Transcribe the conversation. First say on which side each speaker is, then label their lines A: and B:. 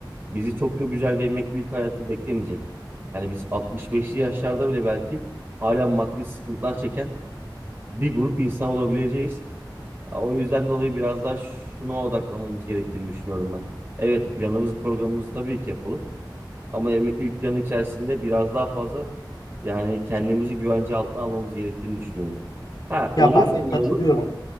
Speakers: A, on the right; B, on the left.
A: bizi çok da güzel bir emeklilik hayatı beklemeyecek. Hani biz 65'li yaşlarda bile belki hala maddi sıkıntılar çeken bir grup insan olabileceğiz. Ha, O yüzden dolayı biraz daha şuna odaklamamız gerektiğini düşünüyorum ben. Evet planımızı programımızı tabii ki yapalım. Ama em- ilk plan içerisinde biraz daha fazla yani kendimizi güvence altına almamız gerektiğini düşünüyorum. Ha
B: Ya
A: olursa
B: ben de
A: ne
B: katılıyorum.
A: olur?